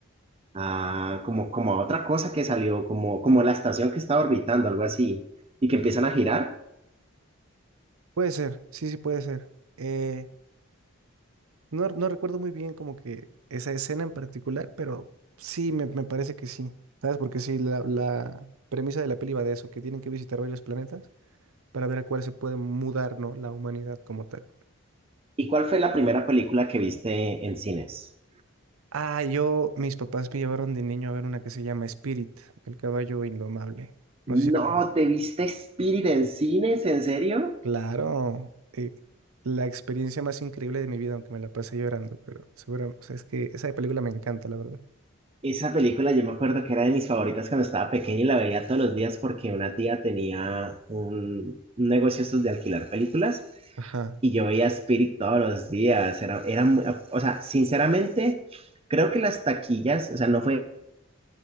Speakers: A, on the right; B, on the right.
A: Ah, como, como a otra cosa que salió, como, como la estación que estaba orbitando, algo así, y que empiezan a girar.
B: Puede ser, sí, sí, puede ser. Eh, no, no recuerdo muy bien como que esa escena en particular, pero sí, me, me parece que sí. ¿Sabes? Porque sí, la, la premisa de la peli va de eso, que tienen que visitar varios planetas para ver a cuál se puede mudar, ¿no? La humanidad como tal.
A: ¿Y cuál fue la primera película que viste en cines?
B: Ah, yo, mis papás me llevaron de niño a ver una que se llama Spirit, el caballo indomable. No sé si
A: No,
B: la conoces.
A: ¿te viste Spirit en cines? ¿En serio?
B: Claro, eh, la experiencia más increíble de mi vida, aunque me la pasé llorando, pero seguro, o sea, es que esa película me encanta, la verdad.
A: Esa película yo me acuerdo que era de mis favoritas cuando estaba pequeña y la veía todos los días porque una tía tenía un, un negocio estos de alquilar películas
B: Ajá.
A: y yo veía Spirit todos los días. Era, era muy- o sea, sinceramente, creo que las taquillas, o sea, no fue